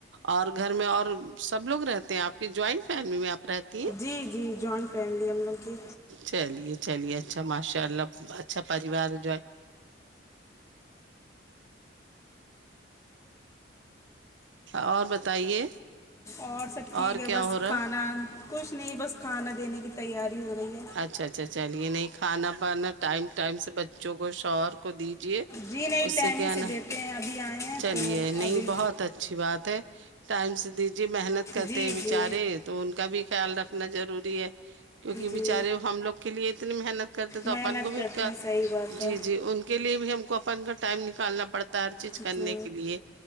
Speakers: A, on the right (about 75°); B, on the left (about 15°).
A: اور گھر میں اور سب لوگ رہتے ہیں آپ کے جوائنٹ فیملی میں آپ رہتی ہیں
B: جی جی جوائنٹ فیملی ہم لوگ کی
A: چلیے چلیے اچھا ماشاء اللہ اچھا پریوار جو اور بتائیے
B: اور سب ٹھیک
A: اور
B: ہے
A: کیا
B: بس
A: ہو رہا
B: کھانا کچھ نہیں بس کھانا دینے کی تیاری ہو رہی ہے
A: اچھا اچھا چلیے نہیں کھانا پانا ٹائم ٹائم سے بچوں کو شوہر کو دیجیے
B: جی نہیں
A: اس
B: ٹیم
A: کیا
B: ہی سے
A: نا
B: دیتے ہیں ابھی آئے ہیں
A: چلیے
B: تو
A: نہیں
B: ابھی
A: بہت اچھی بات ہے ٹائم سے دیجیے محنت کرتے
B: جی
A: ہیں بیچارے
B: جی
A: تو ان کا بھی خیال رکھنا ضروری ہے کیونکہ بچارے
B: جی
A: ہم لوگ کے لیے اتنی محنت کرتے تو
B: محنت
A: اپن کو بھی
B: کرتے
A: ان کا
B: ہیں صحیح بات ہے
A: جی جی ان کے لیے بھی ہم کو اپن کا ٹائم نکالنا پڑتا ہے ہر چیز
B: جی
A: کرنے کے لیے